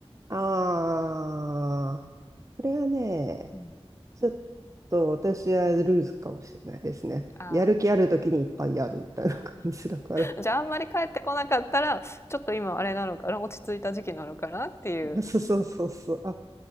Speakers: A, on the right; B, on the left.
A: ああ、それはね、
B: うん。
A: ちょっと私はルーズかもしれないですね。
B: あ
A: やる気あるときにいっぱいやるみたいな感じだから。
B: あ、じゃああんまり帰ってこなかったら、ちょっと今あれなのかな、落ち着いた時期なのかなっていう。
A: <laughs> あそうそうそうそう。あ、